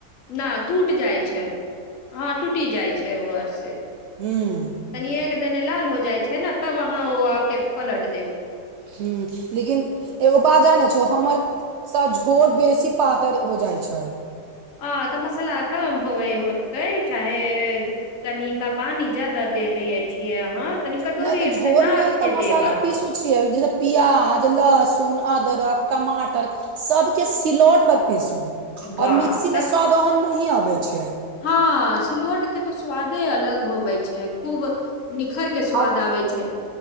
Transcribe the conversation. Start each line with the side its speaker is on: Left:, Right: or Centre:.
Left: न टूट जाइ छै। हँ, टूटि जाइ छै ओ आर से
Right: हूँ
Left: तनीएक तने लाल हो जाइ छै ने, तब अहाँ ओ आके पलट देब
Right: हूं लेकिन एगो बाज जानै छि हमर स झोर बेसी पातर हो जाइ छै
Left: आ तऽ मसल्ला कम होवे होतै चाहे तनिका पानी ज्यादा दऽ दै छियै अहाँ तनी कटोरीये
Right: नहि तऽ झोर
Left: सँ नापि
Right: लेल तऽ
Left: कऽ
Right: मसाला
Left: देब आहाँ
Right: पीसू छियै जे प्याज लहसुन अदरक टमाटर सभके सिलौट पर पीसू आओर
Left: वाह
Right: मिक्सीमे
Left: त
Right: स्वाद ओहन नहि आबै छै
Left: हँ सिलौटके तऽ स्वादे अलग होबे छै खूब निखरि कऽ स्वाद
Right: आओर
Left: आबै छै